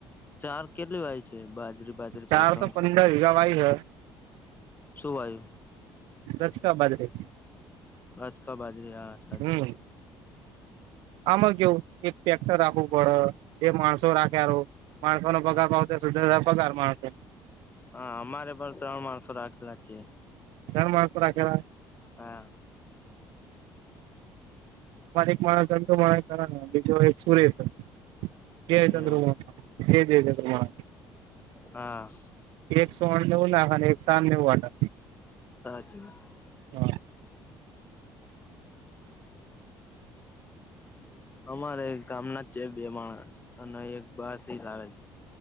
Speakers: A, on the left (about 25°); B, on the right (about 80°).
A: ચાર કેટલી વાય છે બાજરી બાજરી.
B: ચાર
A: પેસન
B: તો પંદર વેગા વાઈ હ.
A: શુ વાયુ?
B: રસકા બાજરી.
A: રાજકા બાજરી. હા.
B: હમ આમાં કેવું એક ટ્રેક્ટર રાખવું પડે એ. માણસો રાખવા માણસો નો પગાર
A: હા
B: ભાવતો સુધ પગાર માણસો.
A: હા અમારે પણ ત્રણ માણસો રાખેલા છે.
B: ત્રણ માણસો રાખેલા.
A: હા.
B: મારે એક માણસ તો માણસ બીજો એક સુરેશ. જયચંદ્ર
A: એવું છે
B: જય જયચંદ્રમા.
A: હા
B: એકસો અણનેવું નાખ અને એકસો આણનેવું વાટ.
A: સહજમાં.
B: હા.
A: અમારે ગામના છે બે માણસ અને એક બા. આવેલ છે.